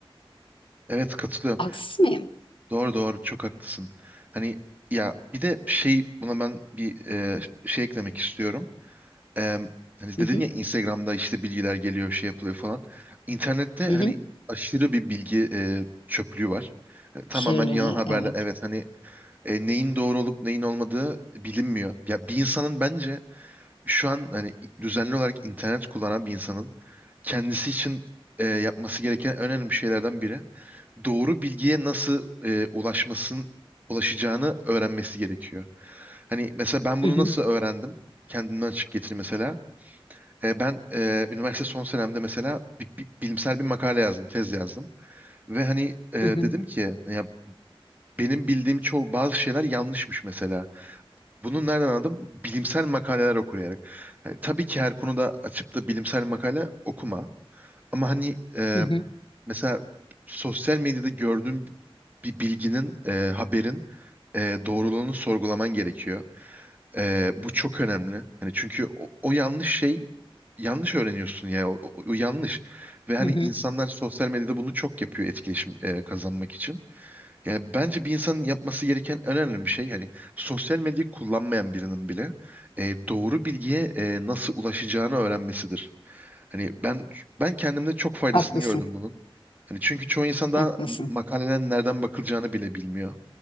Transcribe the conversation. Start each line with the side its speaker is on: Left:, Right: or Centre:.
Right: Evet katılıyorum.
Left: Haksız mıyım?
Right: Doğru doğru çok haklısın. Hani ya bir de şey buna ben bir e, şey eklemek istiyorum. e, hani dedin
Left: Hı hı,
Right: ya Instagram'da işte bilgiler geliyor şey yapılıyor falan. İnternette
Left: hı
Right: hani
Left: hı.
Right: aşırı bir bilgi e, çöplüğü var. E, Tamamen
Left: Kirliliği,
Right: yalan haberler.
Left: evet.
Right: Evet hani e, neyin doğru olup neyin olmadığı bilinmiyor. Ya bir insanın bence şu an hani düzenli olarak internet kullanan bir insanın kendisi için e, yapması gereken en önemli şeylerden biri doğru bilgiye nasıl e, ulaşmasın ulaşacağını öğrenmesi gerekiyor. Hani mesela ben
Left: Hı
Right: bunu
Left: hı,
Right: nasıl öğrendim? Kendimden açık getir mesela. E, ben e, üniversite son senemde mesela bi- bi- bilimsel bir makale yazdım, tez yazdım. Ve hani e, dedim
Left: hı hı.
Right: ki ya benim bildiğim çoğu bazı şeyler yanlışmış mesela. Bunu nereden anladım? Bilimsel makaleler okuyarak. Hani tabii ki her konuda açıp da bilimsel makale okuma. Ama hani e,
Left: Hı hı,
Right: mesela sosyal medyada gördüğüm bir bilginin, e, haberin e, doğruluğunu sorgulaman gerekiyor. Ee, bu çok önemli. Hani çünkü o, o yanlış şey yanlış öğreniyorsun ya. O, o- o yanlış. Ve hani
Left: hı hı.
Right: insanlar sosyal medyada bunu çok yapıyor etkileşim e, kazanmak için. Yani bence bir insanın yapması gereken en önemli bir şey hani sosyal medyayı kullanmayan birinin bile e, doğru bilgiye e, nasıl ulaşacağını öğrenmesidir. Hani ben ben kendimde çok faydasını
Left: Haklısın,
Right: gördüm bunun. Hani çünkü çoğu insan
Left: haklısın.
Right: daha makalelerin nereden bakılacağını bile bilmiyor.